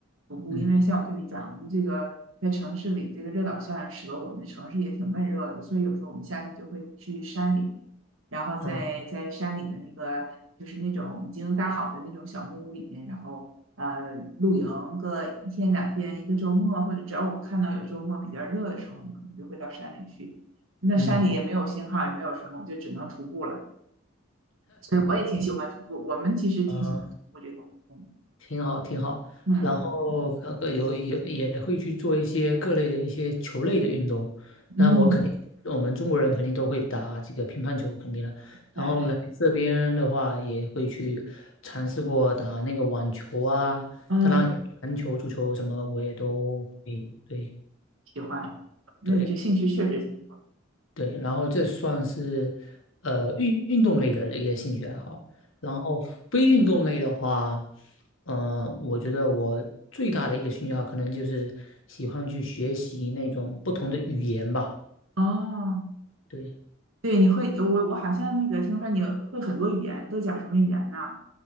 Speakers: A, on the right (about 75°); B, on the left (about 70°).
A: 徒步，
B: 嗯
A: 因为像我跟你讲，我们这个在城市里，这个热岛效应使得我们的城市也挺闷热的，所以有时候我们夏天就会去山里，然后在在山里的那个就是那种已经搭好的那种小木屋里边，
B: 嗯
A: 然后呃露营个一天两天，一个周末，或者只要我们看到有周末比较热的时候，我们可能就会到山里去。那山里也没有信号，
B: 嗯
A: 也没有什么，我就只能徒步了。对，我也挺喜欢徒步，我们其实挺喜欢徒步这个活动。
B: 嗯，挺好挺好。
A: 嗯嗯
B: 然后那个有也也会去做一些各类的一些球类的运动。那我肯定，
A: 嗯，
B: 我们中国人肯定都会打这个乒乓球，肯定了。然后来这边的话，
A: 哎
B: 也会去尝试过打那个网球啊，
A: 嗯，
B: 当然也篮球、足球什么我也都会，对
A: 喜欢。那你这兴趣确实挺多。
B: 对。对，然后这算是呃运运动类的一个兴趣爱好。然后非运动类的话，呃，我觉得我最大的一个兴趣爱好可能就是喜欢去学习那种不同的语言吧。
A: 哦，
B: 对，
A: 对，你会我我好像那个听说你会很多语言，都讲什么语言呢？